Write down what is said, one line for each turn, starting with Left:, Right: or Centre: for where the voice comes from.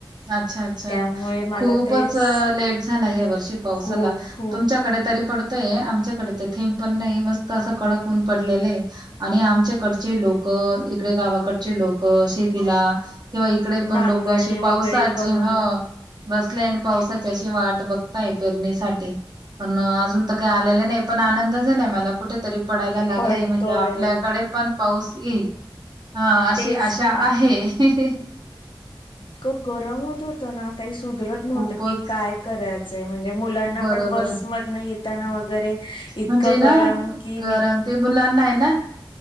Right: अच्छा -अच्छा
Left: त्यामुळे मला
Right: खूपचं
Left: तेच
Right: लेट झांला यां वर्षी पावसांला
Left: खूप खूप
Right: तुमच्यांकडे तरी पडतो आहे आमच्यांकडे ते थेंब पणं नाहीं मस्तं असं कडक होऊन पडलेलं आहे. आणि आमच्यांकडचे लोकं ईकडे गांवाकडचे लोकं शेतीला किंव्हा ईकडे पणं
Left: नांगरणी
Right: लोकं असे पावसांचे
Left: वगैरे करून
Right: हं बसलेय आणि पावसांची अशी वांट बघतांय पेरणीसाठी. पणं अजूंन तरं कांहीं आलेलं नाहीं पणं आनंद झालायं मलां कुंठरी पडायला लागलायं
Left: पडतोय
Right: म्हणजे आपल्यांकडे पणं पाऊस येईल हे अशी
Left: तेच
Right: आशा
Left: ना
Right: अशी आश्या आहे.
Left: खूंप गरमं होतं होतं नां कांहीं सुधरतं नव्हतं
Right: खूपच
Left: की कायं करायचंय म्हणजे मुलांना
Right: बरोबर.
Left: पणं बसमधून येतं वगैरे इतकं
Right: म्हणजे ना
Left: गरम कि
Right: गरम ते मुलांना आहे ना?